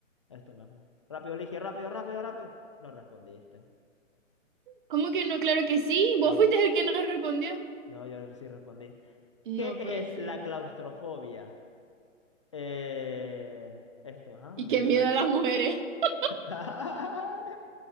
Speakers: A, on the left; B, on the right.
A: Esto mismo. Rápido, Ligia, rápido, rápido, rápido. No respondiste.
B: ¿Cómo que no? Claro que sí. Vos
A: No.
B: fuiste el que no respondió.
A: No, yo sí respondí.
B: No
A: ¿Qué es
B: puede ser.
A: la claustrofobia? Eh, esto, ajá,
B: Y
A: Miedo
B: qué miedo
A: irracional.
B: a las mujeres. <laughs>
A: <laughs>